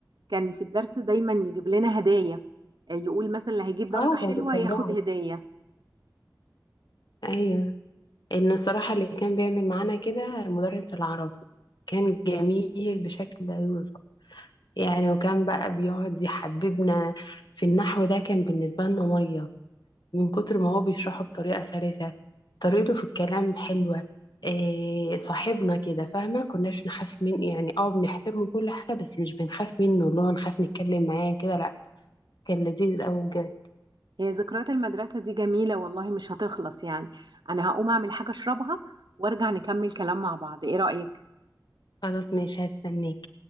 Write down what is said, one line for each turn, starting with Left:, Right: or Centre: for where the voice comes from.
Right: كان في الدرس دايما يجيب لنا هدايا آه، يقول مثلا اللي هيجيب درجة
Left: اه
Right: حلوة
Left: كان بيشجعك
Right: ياخد هدية
Left: ايوه ان الصراحه اللي كان بيعمل معانا كده مدرس العربي كان جميل بشكل لا يوصف يعني وكان بقى بيقعد يحببنا في النحو ده كان بالنسبه لنا ميه من كتر ما هو بيشرحه بطريقة سلسة طريقته في الكلام حلوة إيه صاحبنا كده فاهمة كناش نخاف من يعني اه بنحترمه كل حاجة بس مش بنخاف منه اللي هو نخاف نتكلم معاه كده لا كان لذيذ أوي بجد
Right: هي ذكريات المدرسة دي جميلة والله مش هتخلص يعني أنا هقوم أعمل حاجة أشربها وأرجع نكمل كلام مع بعض إيه رأيك؟
Left: خلاص ماشي هستناك